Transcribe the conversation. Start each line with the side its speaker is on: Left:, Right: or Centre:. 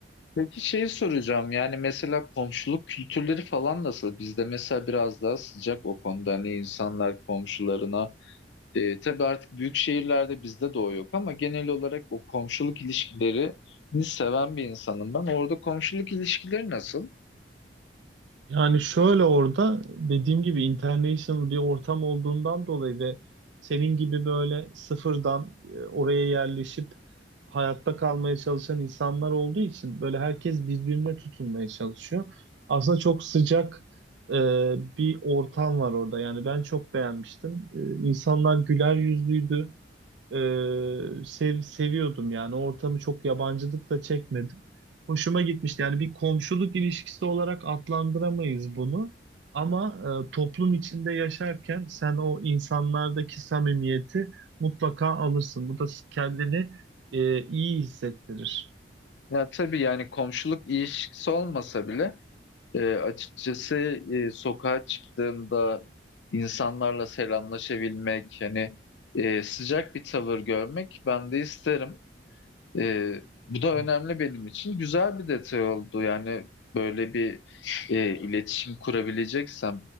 Left: Peki şeyi soracağım yani mesela komşuluk kültürleri falan nasıl? Bizde mesela biraz daha sıcak o konuda hani insanlar komşularına e, tabii artık büyük şehirlerde bizde de o yok ama genel olarak o komşuluk ilişkilerini seven bir insanım ben. Orada komşuluk ilişkileri nasıl?
Right: Yani şöyle orada dediğim gibi international bir ortam olduğundan dolayı ve senin gibi böyle sıfırdan e, oraya yerleşip hayatta kalmaya çalışan insanlar olduğu için böyle herkes birbirine tutunmaya çalışıyor. Aslında çok sıcak e, bir ortam var orada. Yani ben çok beğenmiştim. E, insanlar güler yüzlüydü. Ee, sev, seviyordum yani. O ortamı çok yabancılık da çekmedim. Hoşuma gitmişti. Yani bir komşuluk ilişkisi olarak adlandıramayız bunu. Ama e, toplum içinde yaşarken sen o insanlardaki samimiyeti mutlaka alırsın. Bu da kendini e, iyi hissettirir.
Left: Ya tabii yani komşuluk ilişkisi olmasa bile e, açıkçası e, sokağa çıktığımda insanlarla selamlaşabilmek hani e, sıcak bir tavır görmek ben de isterim. E, bu da
Right: Hı
Left: önemli benim için. Güzel bir detay oldu yani böyle bir e, iletişim kurabileceksem